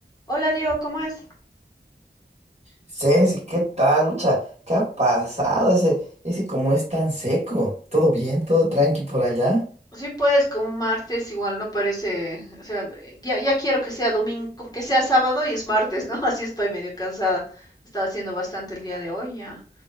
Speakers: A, on the left (about 20°); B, on the right (about 35°).
A: Hola Diego, ¿cómo es?
B: Ceci, ¿qué tal, Lucha? ¿Qué ha pasado? Ese, ese cómo es tan seco. ¿Todo bien? ¿Todo tranqui por allá?
A: Sí, pues como martes igual no parece, o sea, ya, ya quiero que sea domingo, que sea sábado y es martes, ¿no? <laughs> Así estoy medio cansada. Estaba haciendo bastante el día de hoy, ya